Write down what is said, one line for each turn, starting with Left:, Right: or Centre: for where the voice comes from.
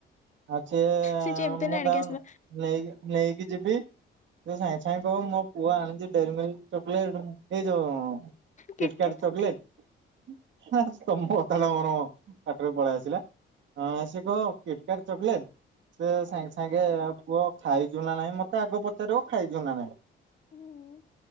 Right: ଆଉ ସ
Left: ସେ ଯେମିତି ହେଲେ
Right: ମୁଁ
Left: ଆଣିକି
Right: ଦାଉନ
Left: ଆସିବ।
Right: <unintelligible> ନେଇକି ନେଇକି ଯିବି। ତ ସାଙ୍ଗେ ସାଙ୍ଗେ କହିବ ମୋ ପୁଅ ଆଣିଛି ଡେରିମୀଲକ ଚକୋଲେଟ। ଏଇ ଯଉ
Left: କିଟକାଟ
Right: କୀଟକାଟ ଚକଲେଟ <unintelligible> ତାହାଲେ ମୋର ପାଖରେ ପଳେଇ ଆସିଲା, ସେ କହିବ କୀଟକାଟ - <inaudible> ସେ ସାଙ୍ଗ ସାଙ୍ଗେ କୁହ ଖାଇଛୁ ନା ନାହିଁ ମତେ ଆଗ ପଚାରିବୁ ଖାଇଚୁ ନା ନାଇଁ।
Left: ହୁଁ